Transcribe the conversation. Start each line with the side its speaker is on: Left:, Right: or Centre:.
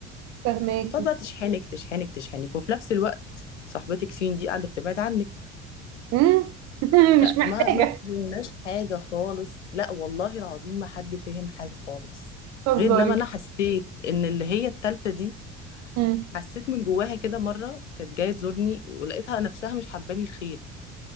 Right: فاهماكي
Left: تقعد بقى تشحنك تشحنك تشحنك وفي نفس الوقت صاحبتك فين دي قاعده بتبعد عنك
Right: مم. <laughs>
Left: فما
Right: مش محتاجه
Left: ما فهمناش حاجه خالص لا والله العظيم ما حد فهم حاجه خالص
Right: تهزري
Left: غير لما انا حسيت ان اللي هي التالتة دي
Right: مم.
Left: حسيت من جواها كده مره كانت جايه تزورني ولقيتها نفسها مش حباني الخير يعني